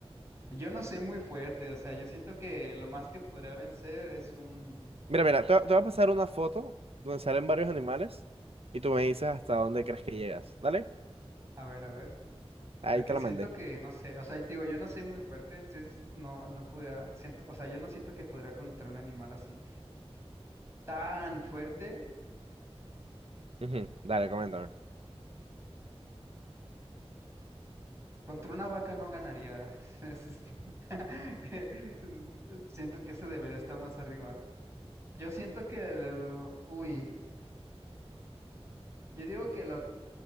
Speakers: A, on the right (about 25°); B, on the right (about 65°).
A: yo no soy muy fuerte, o sea, yo siento que lo más que podría vencer es un...
B: Mira, mira, te, te voy a pasar una foto donde salen varios animales y tú me dices hasta dónde crees que llegas. ¿Dale?
A: A ver, a ver.
B: Ahí
A: Porque
B: te la
A: siento
B: mandé.
A: que, no sé, o sea, te digo, yo no soy muy fuerte, entonces no, no podría, siento, o sea, yo no siento que podría contra un animal así tan fuerte.
B: Ujú, Dale, coméntame.
A: Contra una vaca no ganaría. <laughs> Es- <laughs> Siento que ese debería estar más arriba. Yo siento que, el- uy. Yo digo que lo,